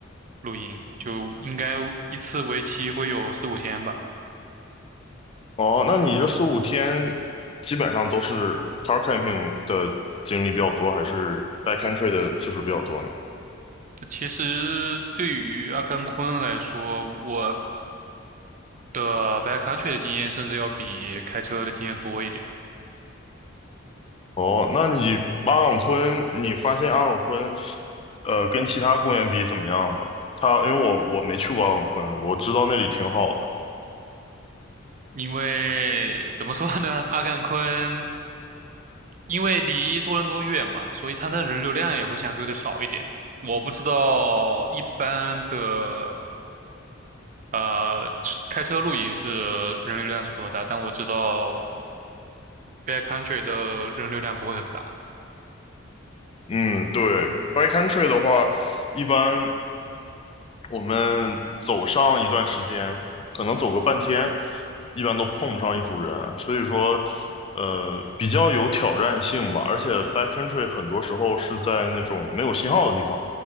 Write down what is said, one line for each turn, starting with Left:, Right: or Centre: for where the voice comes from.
Right: 露营，就应该一次为期会有四五天吧。
Left: 哦，那你这四五天基本上都是 car camping 的经历比较多，还是 backcountry 的次数比较多呢？
Right: 其实对于阿甘昆来说，我的 backcountry 的经验甚至要比开车的经验多一点。
Left: 哦，那你阿朗昆，你发现阿朗昆，呃，跟其他公园比怎么样呢？它因为我我没去过阿朗昆，我知道那里挺好的。
Right: 因为怎么说呢，阿甘昆因为离多伦多远嘛，所以它的人流量也会相对的少一点。我不知道一般的呃开车露营是人流量是多大，但我知道 backcountry 的人流量不会很大。
Left: 嗯，对，backcountry 的话，一般我们走上一段时间，可能走个半天，一般都碰不上一组人，所以说，呃，比较有挑战性吧。而且 backcountry 很多时候是在那种没有信号的地方，